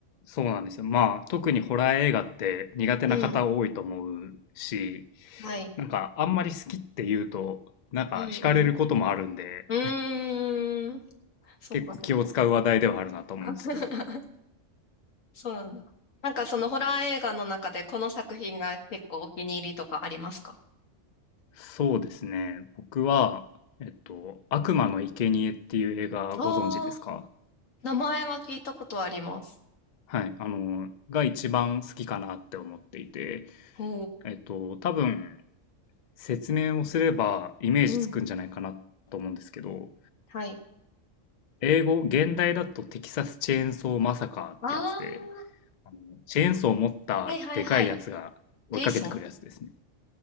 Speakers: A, on the left (about 60°); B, on the left (about 85°).
A: そうなんですよ。まあ、特にホラー映画って苦手な方多いと思うし、
B: うん。はい。
A: なんかあんまり好きって言うと、なんか惹かれることもあるんで、
B: うんうん。うーん。そっかそっか。
A: 結構気を使う話題ではあるなと思うんですけど。
B: <laughs> そうなんだ。なんかそのホラー映画の中でこの作品が結構お気に入りとかありますか
A: そうですね。僕は、えっと、悪魔の生贄っていう映画ご存知ですか
B: ああー、名前は聞いたことあります。
A: はい。あの、が一番好きかなって思っていて、
B: ほ
A: えっと、多分、説明をすればイメージつくんじゃないかなと思うんですけど、
B: う。うん。はい。
A: 英語、現代だとテキサスチェーンソーマサカーってやつで、
B: ああ、
A: あのチェーンソーを持ったでかいやつが追いかけてくるやつですね。
B: はいはいはい。ジェイソン